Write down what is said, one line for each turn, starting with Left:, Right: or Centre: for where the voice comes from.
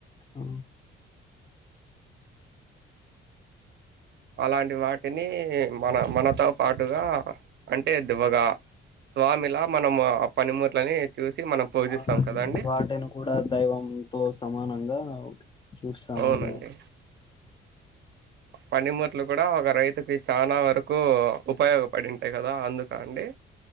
Left: ఊ
Right: అలాంటి వాటిని మన మనతో పాటుగా అంటే దివ్వగా స్వామిలా మనము ఆ పనిముట్లని చూసి మనం పూజిస్తాం
Left: అవునండి
Right: కదండి.
Left: వాటిని దైవంతో సమానం. ఓకే చూస్తామండి.
Right: అవునండి పనిముట్లు కూడా ఒక రైతుకి చాలా వరకు ఉపయోగపడింటాయి కదా అందుకు అండి.